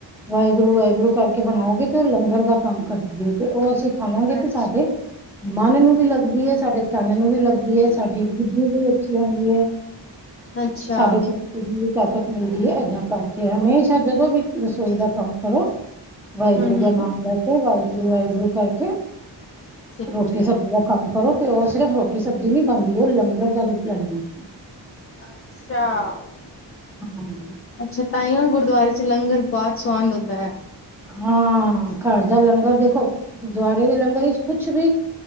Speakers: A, in the centre; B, on the left.
A: ਵਾਹਿਗੁਰੂ ਵਾਹਿਗੁਰੂ ਕਰਕੇ ਬਣਾਓਗੇ ਤੇ ਉਹ ਲੰਗਰ ਦਾ ਕੰਮ ਕਰਦੀ ਹੈ ਤੇ ਉਹ ਅਸੀਂ ਖਾਵਾਂਗੇ ਤੇ
B: ਅੱਛਾ,
A: ਸਾਡੇ ਮਨ ਨੂੰ ਵੀ ਲੱਗਦੀ ਹੈ। ਸਾਡੇ ਤਨ ਨੂੰ ਵੀ ਲੱਗ ਸਾਡੀ ਬੁੱਧੀ ਵੀ ਅੱਛੀ ਹੁੰਦੀ ਹੈ।
B: ਅੱਛਾ,
A: ਸਾਡੇ ਸ਼ਕਤੀ ਨੂੰ ਤਾਕਤ ਮਿਲਦੀ ਹੈ। ਇੱਦਾਂ ਕਰਕੇ ਹਮੇਸ਼ਾ ਜਦੋਂ ਵੀ ਰਸੋਈ ਦਾ ਕੰਮ ਕਰੋ। ਵਾਹਿਗੁਰੂ
B: ਹੂੰ-ਹੂੰ,
A: ਦਾ ਨਾਮ ਲੈ ਕੇ ਵਾਹਿਗੁਰੂ ਵਾਹਿਗੁਰੂ ਕਰਕੇ
B: ਠੀਕ
A: ਰੋਟੀ
B: ਐ।
A: ਸਬਜ਼ੀ ਦਾ ਕੰਮ ਕਰੋ ਤੇ ਉਹ ਸਿਰਫ਼ ਰੋਟੀ ਸਬਜ਼ੀ ਨਹੀਂ ਬਣਦੀ। ਉਹ ਲੰਗਰ ਦਾ ਰੂਪ ਲੈ ਲੈਂਦੀ ਹੈ।
B: ਅੱਛਾ-ਅੱਛਾ
A: ਹਾਂ
B: ਤਾਂ ਹੀ ਓ ਗੁਰ ਗੁਰਦੁਆਰੇ ਚ ਲੰਗਰ ਬਹੁਤ ਸਆਦ ਹੁੰਦਾ ਹੈ।
A: ਹਾਂ ਘਰ ਦਾ ਲੰਗਰ ਦੇਖੋ ਗੁਰਦੁਆਰੇ ਦੇ ਲੰਗਰ ਵਿਚ ਕੁਛ ਵੀ